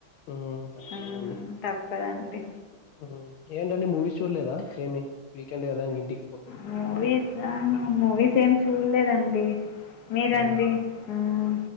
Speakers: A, on the left; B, on the left.
A: ఉమ్ తప్పదండి
B: మ్మ్, తప్పదండి
A: మ్మ్ ఏంటండి మూవీస్ చూడలేదా ఏమి వీకెండ్ కదా ఏంటి
B: మూవీసా మూవీస్ ఏమి చూల్లేదండి మీరండి
A: అవునా
B: హ్మ్